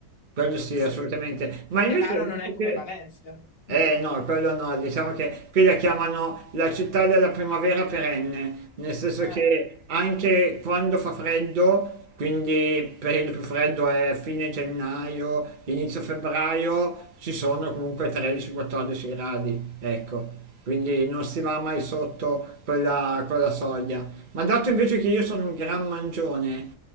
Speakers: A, on the right; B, on the left.
A: Quello
B: Super...
A: sì, assolutamente. Ma invece,
B: Chiaro
A: dato
B: non è come
A: che...
B: Valencia.
A: Eh
B: Mm.
A: no, quello no, diciamo che qui la chiamano la città della primavera perenne, nel senso
B: Eh,
A: che anche quando fa freddo, quindi il periodo più freddo è fine gennaio, inizio febbraio, ci sono comunque 13-14 gradi, ecco, quindi non si va mai sotto quella, quella soglia. Ma dato invece che io sono un gran mangione,